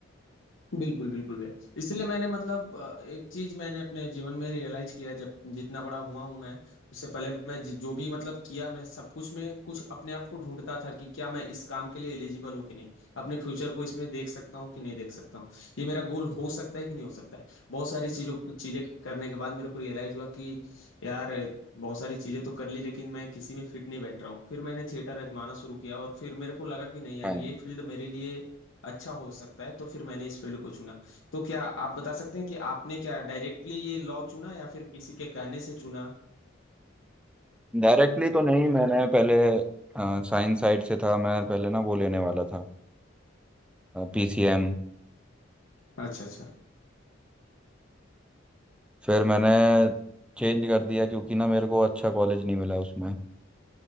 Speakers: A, on the left; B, in the centre.
A: बिल्कुल बिल्कुल भैया इसलिए मैंने मतलब अ, एक चीज मैंने अपने जीवन में रियलाइज किया जब जितना बड़ा हुआ हूं मैं उससे पहले मैं जि- जो भी मतलब किया मैं सब कुछ में कुछ अपने आप को ढूंढता था कि क्या मैं इस काम के लिए एलिजिबल हूँ कि नहीं अपने फ्यूचर को इसमें देख सकता हूँ कि नहीं देख सकता हूँ ये मेरा गोल हो सकता है कि नहीं हो सकता है बहुत सारी चीजों चीजें करने के बाद मेरे को रियलाइज हुआ कि यार बहुत सारी चीजें तो कर ली लेकिन मैं किसी में फिट नहीं बैठ रहा हूँ फिर मैंने थिएटर आजमाना शुरू किया और फिर मेरे को लगा कि नहीं यार
B: हाँ
A: ये फील्ड मेरे लिए अच्छा हो सकता है तो फिर मैंने इस फील्ड को चुना तो क्या आप बता सकते हैं कि आपने क्या डायरेक्टली ये लॉ चुना या फिर किसी के कहने से चुना
B: डायरेक्टली तो नहीं मैंने पहले साइंस साइड से था मैं पहले ना वो लेने वाला था पीसीएम
A: अच्छा अच्छा
B: फिर मैंने चेंज कर दिया क्योंकि ना मेरे को अच्छा कॉलेज नहीं मिला उसमें